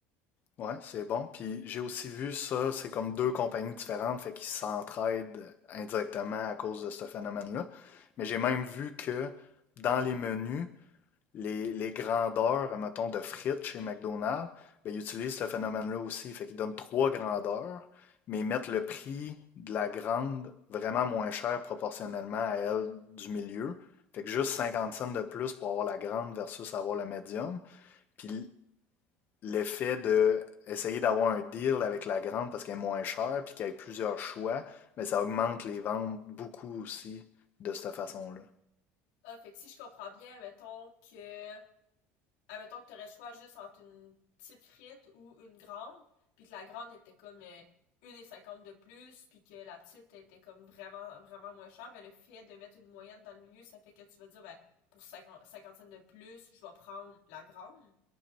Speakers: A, on the left; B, on the left.
A: Ouais, c'est bon. Puis j'ai aussi vu ça, c'est comme deux compagnies différentes, fait qu'ils s'entraident indirectement à cause de ce phénomène-là. Mais j'ai même vu que dans les menus, les, les grandeurs, mettons, de frites chez McDonald's, ben, ils utilisent ce phénomène-là aussi. Fait qu'ils donnent trois grandeurs, mais ils mettent le prix de la grande vraiment moins cher proportionnellement à elle du milieu. Fait que juste 50 cents de plus pour avoir la grande versus avoir le médium. Puis le fait de essayer d'avoir un deal avec la grande parce qu'elle est moins chère puis qu'il y ait plusieurs choix, mais ça augmente les ventes beaucoup aussi de cette façon-là.
B: Ah, fait que si je comprends bien, mettons que, admettons que t'aurais le choix juste entre une petite frite ou une grande, puis que la grande était comme euh, une cinquante de plus, puis que la petite était comme vraiment, vraiment moins chère, ben le fait de mettre une moyenne dans le milieu, ça fait que tu vas dire, ben, pour 50 cinquantaine de plus, je vais prendre la grande.